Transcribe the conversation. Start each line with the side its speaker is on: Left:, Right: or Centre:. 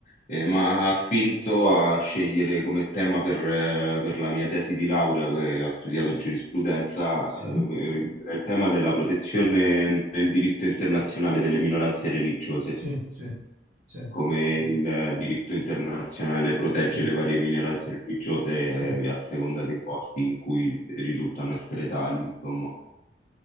Left: eh, ma ha spinto a scegliere come tema per, eh, per la mia tesi di laurea, che ho studiato giurisprudenza,
Right: sì,
Left: eh, il il tema della protezione nel diritto internazionale delle minoranze religiose
Right: sì, sì, sì,
Left: come il diritto internazionale protegge
Right: sì,
Left: le varie minoranze religiose
Right: sì, sì,
Left: eh, a seconda dei posti in cui risultano essere tali, insomma.